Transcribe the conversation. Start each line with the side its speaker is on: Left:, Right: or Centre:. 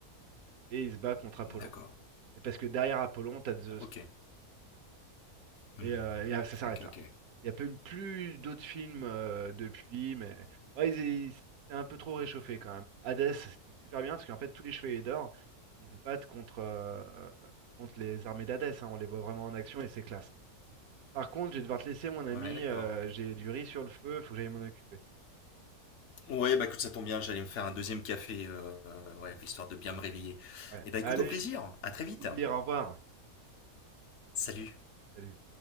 Right: Et il se bat contre Apollon.
Left: D'accord.
Right: Et parce que derrière Apollon, t'as Zeus.
Left: Ok. Hmm.
Right: Et, euh, et, euh, ça s'arrête
Left: Ok,
Right: là.
Left: ok.
Right: Il n'y a pas eu plus d'autres films euh, depuis, mais ouais, ils- ils- c'était un peu trop réchauffé quand même. Hades, c'était super bien parce qu'en fait, tous les chevaliers d'or, ils se battent contre, euh, contre les armées d'Hadès. hein. On les voit vraiment en action et c'est classe. Par contre, je vais devoir te laisser, mon ami.
Left: Ouais, d'accord.
Right: euh, j'ai du riz sur le feu, faut que j'aille m'en occuper.
Left: Ouais, bah écoute, ça tombe bien, j'allais me faire un deuxième café, euh, ouais, histoire de bien me réveiller.
Right: Ouais.
Left: Et bah
Right: Allez,
Left: écoute, au plaisir, à très
Right: au
Left: vite.
Right: plaisir, au revoir.
Left: Salut.
Right: Salut.